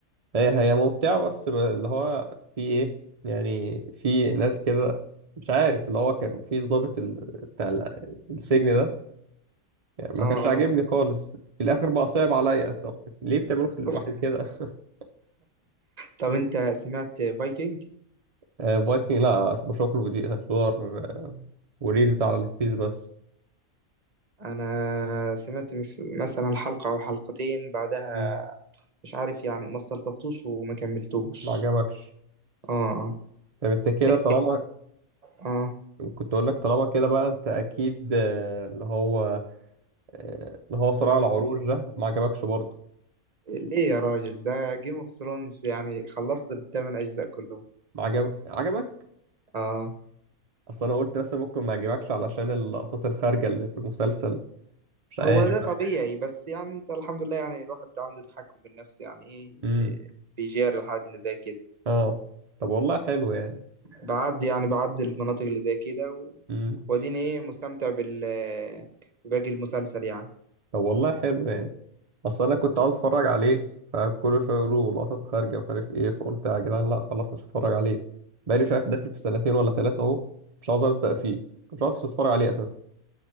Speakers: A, on the right; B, on the right.
A: هي هي ممتعة بس ب- اللي هو في ايه يعني في ناس كده مش عارف اللي هو كان في ضابط ال- بتاع ال- السجن ده يعني
B: اه
A: ما كانش عاجبني
B: آه.
A: خالص في الاخر بقى صعب عليا طب ليه بتعملوا في الواحد
B: شفت
A: كده <laughs>
B: طب أنت سمعت فايكنج؟
A: آه، فايكنج لا بشوف له فيديو- صور آه، وريلز على الفيس بس
B: أنا سمعت مس- مثلا حلقة أو حلقتين بعدها
A: مم.
B: مش عارف يعني ما استلطفتوش وما كملتوش
A: ما عجبكش
B: اه آه.
A: طب انت كده
B: لا
A: طالما
B: اه
A: كنت اقول لك طالما كده بقى انت اكيد آه، اللي هو آه، اللي هو صراع العروش ده ما عجبكش برضه
B: ليه يا راجل ده جيم اوف ثرونز يعني خلصت الثمان أجزاء كلهم
A: ما عجب عجبك
B: اه
A: اصل انا قلت مثلا ممكن ما يعجبكش علشان اللقطات الخارجه اللي في المسلسل مش عارف
B: هو ده طبيعي بس يعني انت الحمد لله يعني الواحد عنده تحكم بالنفس يعني ايه
A: امم
B: إيه، بيجاري الحاجات اللي زي كده
A: اه طب والله حلو يعني
B: بعدي يعني بعدي المناطق اللي زي كده و-
A: امم
B: واديني ايه مستمتع بال باقي المسلسل يعني
A: طب والله حلو يعني اصل انا كنت عاوز اتفرج عليه فكل شويه يقولوا لقطات خارجه مش عارف ايه فقلت يا جدعان لا خلاص مش هتفرج عليه بقالي مش عارف داخل في سنتين ولا ثلاثه اهو مش عاوز ابدا فيه مش عاوز اتفرج عليه اساسا